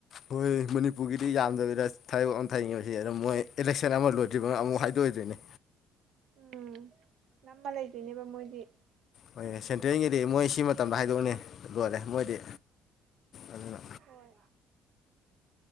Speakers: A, on the left; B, on the right.
A: ꯍꯣꯏ ꯃꯅꯤꯄꯨꯔꯒꯤꯗꯤ ꯌꯥꯝꯗꯕꯤꯗ ꯊꯩꯕꯛ ꯑꯝ ꯊꯩꯉꯤꯕꯁꯤ ꯑꯗꯨꯝ ꯃꯣꯏ ꯏꯂꯦꯛꯁꯟ ꯑꯃ ꯂꯣꯏꯗ꯭ꯔꯤꯕ ꯑꯃꯨꯛ ꯍꯥꯏꯗꯣꯛꯑꯣꯏꯗꯣꯏꯅꯤ
B: ꯎꯝ ꯅꯝꯃ ꯂꯩꯗꯨꯢꯅꯦꯕ ꯃꯣꯏꯗꯤ
A: ꯍꯣꯏꯌꯦ ꯁꯦꯟꯇ꯭ꯔꯦꯟꯒꯤꯗꯤ ꯃꯣꯏꯁꯤ ꯃꯇꯝꯗ ꯍꯥꯏꯗꯣꯛꯅꯤ ꯂꯣꯏꯔꯦ ꯃꯣꯏꯗꯤ ꯑꯗꯨꯅ
B: ꯍꯣꯏ